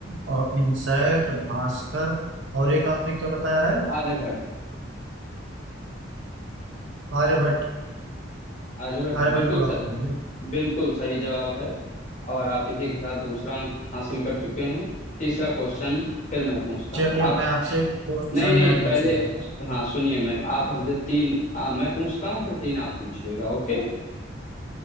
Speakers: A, on the right; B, on the left.
A: और इनसैट भास्कर और एक आपने क्या बताया है
B: आर्यभट्ट
A: आर्यभट्ट
B: आर्यभट्ट
A: आर्यभट्ट
B: बिल्कुल
A: को लॉक कर दीजिए
B: बिल्कुल सही जवाब है और आप इसी के साथ दूसरा अंक हासिल कर चुके हैं तीसरा क्वेश्चन फिर मैं पूछता
A: चलिए
B: हूँ आप
A: मैं आपसे क्वेश्चन
B: नहीं नहीं
A: मैं पूछ
B: पहले
A: लेता हूँ।
B: हाँ सुनिए मैं आप हमसे तीन आ, मैं पूछता हूँ फिर तीन आप पूछिएगा ओके